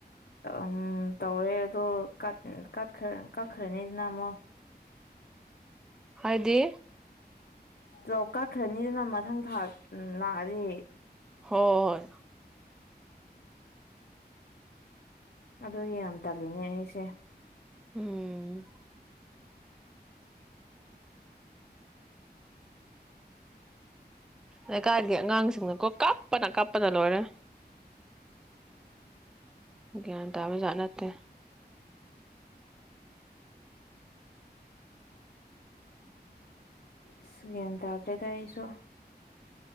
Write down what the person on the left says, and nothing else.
ꯎꯝ ꯇꯧꯔꯦ ꯑꯗꯣ ꯎꯝ ꯀꯛ ꯀꯛ ꯀꯛꯈ꯭ꯔꯅꯤꯗꯅ ꯑꯃꯨꯛ꯫
ꯄꯨꯂꯞ ꯀꯛꯈ꯭ꯔꯅꯤꯗꯅ ꯃꯊꯪ ꯊꯥ ꯎꯝ ꯂꯥꯛꯑꯗꯤ꯫
ꯑꯗꯣ ꯌꯥꯝ ꯇꯜꯂꯤꯅꯦ ꯑꯩꯁꯦ꯫
ꯑꯁ ꯒ꯭ꯌꯥꯟ ꯇꯥꯗ꯭ꯔꯦꯗ ꯑꯩꯁꯨ